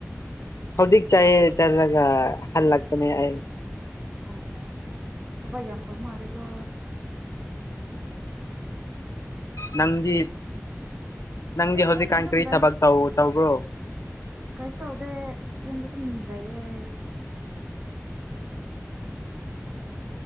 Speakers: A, on the left (about 75°); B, on the right (about 40°).
A: ꯍꯧꯖꯤꯛ ꯆꯥꯏꯌꯦ ꯆꯜꯂꯒ ꯍꯜꯂꯛꯄꯅꯦ ꯑꯩ
B: ꯑꯣ ꯊꯕꯛ ꯌꯥꯝꯐꯃꯥꯂꯦꯀꯣ
A: ꯅꯪꯗꯤ ꯅꯪꯒꯤ
B: ꯑꯩꯗꯤ
A: ꯍꯖꯤꯛ
B: ꯌꯨꯝꯗ
A: ꯀꯥ
B: ꯑꯗꯨꯝ
A: ꯀꯔꯤ
B: ꯂꯩ
A: ꯊꯕꯛ ꯇꯧ ꯇꯧꯔꯣ
B: ꯀꯩꯁꯨ ꯇꯧꯗꯦ ꯌꯨꯝꯗ ꯑꯗꯨꯝ ꯂꯩꯌꯦ